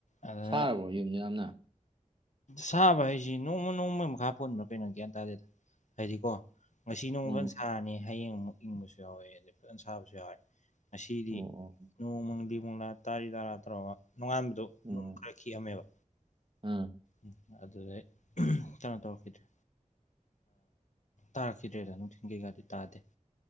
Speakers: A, on the left; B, on the right.
A: ꯑꯗꯨꯅ
B: ꯁꯥꯔꯕꯣ ꯌꯨꯝꯗ ꯌꯥꯝꯅ
A: ꯁꯥꯕ ꯍꯥꯏꯁꯤ ꯅꯣꯡꯃ ꯅꯣꯡꯃꯒꯤ ꯃꯈꯥ ꯄꯨꯣꯟꯟꯕ꯭ꯔꯥ ꯀꯩꯅꯣ ꯒ꯭ꯌꯥꯟ ꯇꯥꯔꯦꯗ ꯍꯥꯏꯗꯤꯀꯣ ꯉꯁꯤ ꯅꯣꯡꯃ
B: ꯎꯝ
A: ꯐꯜ ꯁꯥꯔꯅꯤ ꯍꯌꯦꯡ ꯑꯃꯨꯛ ꯏꯪꯕꯁꯨ ꯌꯥꯎꯋꯦ ꯑꯗꯩ ꯐꯖꯅ ꯁꯥꯕꯁꯨ ꯌꯥꯎꯋꯦ ꯉꯗꯤ
B: ꯑꯣ ꯑꯣ
A: ꯅꯣꯡꯃꯪꯂꯤ ꯃꯪꯂꯥ ꯇꯥꯔꯤ ꯇꯥꯔꯥ ꯇꯧꯔꯒ ꯅꯣꯡꯉꯥꯟꯕꯗꯣ
B: ꯑꯣ
A: ꯈꯤꯛꯑꯃꯃꯦꯕ
B: ꯑꯥ
A: ꯎꯝ ꯑꯗꯨꯗ ꯀꯩꯅꯣ ꯇꯧꯔꯛꯈꯤꯗ꯭ꯔꯦ ꯇꯥꯔꯛꯈꯤꯗ꯭ꯔꯦꯗ ꯅꯨꯡꯊꯤꯟ ꯀꯩ ꯒꯥꯗꯤ ꯇꯥꯗꯦ